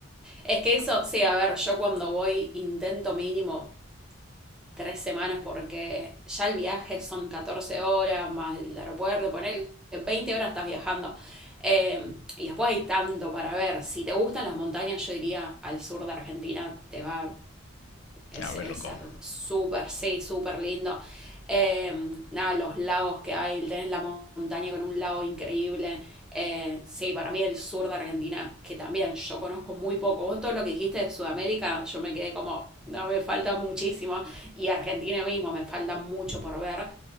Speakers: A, in the centre; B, on the left.
A: Es que eso, sí, a ver, yo cuando voy intento mínimo tres semanas porque ya el viaje son 14 horas más el aeropuerto, poner 20 horas estás viajando. Eh, y después hay tanto para ver. Si te gustan las montañas, yo diría al sur de Argentina, te va es
B: A volver loco.
A: súper, sí, súper lindo. Eh, nada, los lagos que hay, tenés la montaña con un lago increíble. Eh, sí, para mí el sur de Argentina, que también yo conozco muy poco. Vos todo lo que dijiste de Sudamérica, yo me quedé como, no, me falta muchísimo. Y Argentina mismo, me falta mucho por ver.